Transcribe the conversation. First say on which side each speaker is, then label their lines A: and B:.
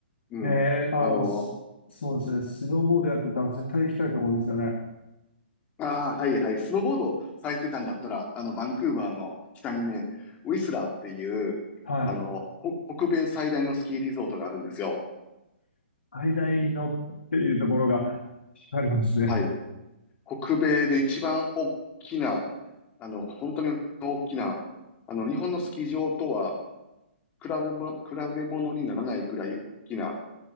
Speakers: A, on the left; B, on the left.
A: うん。
B: い。えー、あの、
A: あの、
B: すそうですね。スノーボードやってたら絶対行きたいところですよね。
A: ああ、はいはい、スノーボードされてたんだったら、あの、バンクーバーの北にね、ウィスラーっていう、
B: はい。
A: あの、ほ北米最大のスキーリゾートがあるんですよ。
B: 最大のっていうところが惹かれますね。
A: はい。北米で一番大きな、あの、本当に大きな、あの、日本のスキー場とは比べも、比べ物にならないぐらい大きな、